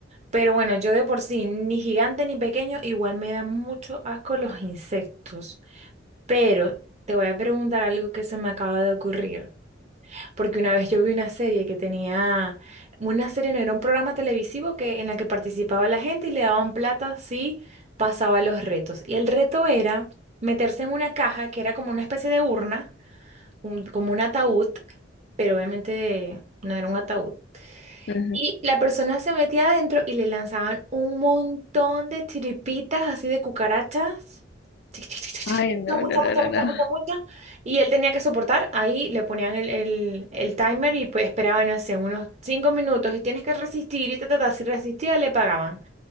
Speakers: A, on the right; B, on the left.
A: Pero bueno, yo de por sí, ni gigante ni pequeño, igual me dan mucho asco los insectos. Pero te voy a preguntar algo que se me acaba de ocurrir. Porque una vez yo vi una serie que tenía, una serie no era un programa televisivo que, en la que participaba la gente y le daban plata si pasaba los retos. Y el reto era meterse en una caja que era como una especie de urna, un- como un ataúd, pero obviamente no era un ataúd.
B: Ajá.
A: Y la persona se metía adentro y le lanzaban un montón de chiripitas así de cucarachas. Tic, tic, tic, tic, tic.
B: Ay, no,
A: Mucha,
B: no, no,
A: mucha,
B: no,
A: mucha, mucha,
B: no.
A: mucha, mucha. Y él tenía que soportar. Ahí le ponían el, el- el timer y pues esperaban, no sé, unos cinco minutos y tienes que resistir y ta, ta, ta. Si resistía, le pagaban.